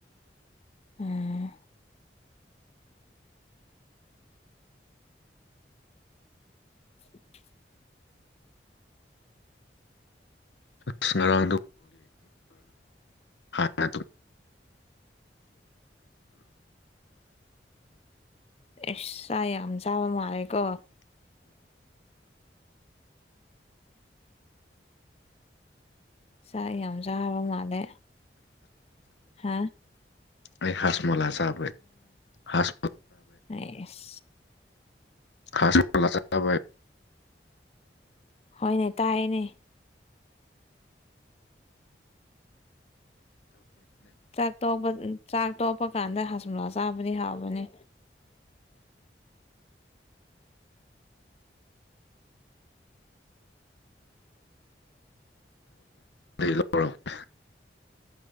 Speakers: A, on the left; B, on the left.
A: ꯎꯝ <unintelligible> <inaudible> <unintelligible> <inaudible>
B: ꯑꯁ ꯉꯔꯥꯡꯗ ꯍꯥꯟꯅ
A: ꯑꯦꯁ ꯑꯥ ꯌꯥꯝ ꯆꯥꯕ ꯃꯥꯜꯂꯦ ꯀꯣ ꯆꯥꯛ ꯌꯥꯝ ꯆꯥꯕ ꯃꯥꯜꯂꯦ ꯍꯥ
B: ꯑꯩ ꯍꯥꯁꯃꯣꯂ ꯆꯩ ꯍꯖꯃꯣ
A: ꯑꯦ <unintelligible> <inaudible>
B: ꯈꯥꯁꯂ ꯇꯕꯥ
A: ꯍꯣꯏꯅꯦ ꯇꯥꯏꯅꯦ ꯆꯥꯛ ꯇ ꯆꯥꯛ ꯇꯣꯛꯄ ꯀꯥꯟꯗ ꯍꯁꯨꯝꯂꯥ ꯆꯥꯕꯗꯤ ꯍꯥꯎꯕꯅꯦ
B: ꯂꯩ ꯂꯧꯔꯛꯦ